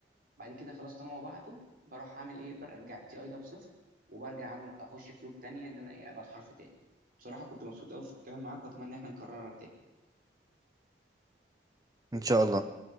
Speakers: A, on the right (about 55°); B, on the right (about 20°).
A: بعد كده خلاص طالما هو بعته بروح اعمل ايه برجع التي اي ده بصفر وبرجع اعمل اخش في لوب تانية ان انا ايه ابعت حرف تاني بصراحة كنت مبسوط قوي في الكلام معاك واتمنى ان احنا نكررها تاني
B: ان شاء الله